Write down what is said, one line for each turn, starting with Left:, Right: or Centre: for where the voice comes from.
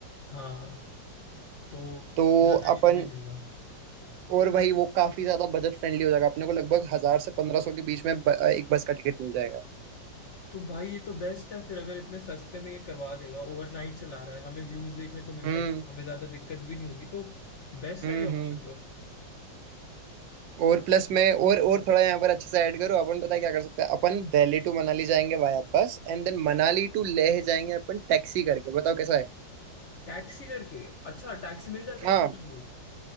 Left: हाँ तो
Right: तो
Left: ज्यादा
Right: अपन
Left: इशू भी नहीं होगा
Right: और वही वो काफी ज्यादा बजट फ्रेंडली हो जाएगा अपने को लगभग हजार से पंद्रह सौ के बीच में ब, एक बस का टिकट मिल जाएगा
Left: तो भाई ये तो बेस्ट है फिर अगर इतने सस्ते में ये करवा देगा ओवरनाइट चला रहा है हमें व्यूज देखने को मिल
Right: हम्म
Left: जाएंगे हमें ज्यादा दिक्कत भी नहीं होगी तो बेस्ट
Right: हम्म
Left: है ये ऑप्शन
Right: हम्म
Left: तो
Right: और प्लस मैं और और थोड़ा यहाँ पर अच्छे से ऐड करूँ अपन पता है क्या कर सकते हैं अपन दिल्ली टू मनाली जाएंगे via bus and then Manali to Leh जाएंगे अपन टैक्सी करके बताओ कैसा है
Left: टैक्सी करके अच्छा टैक्सी मिल जाती
Right: हाँ
Left: है इतनी लंबी